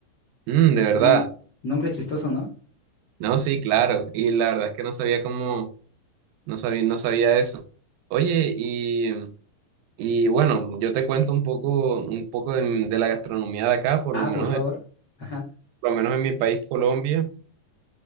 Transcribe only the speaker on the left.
Tienen nombre chistoso, ¿no?
Ah,
por favor.
Ajá.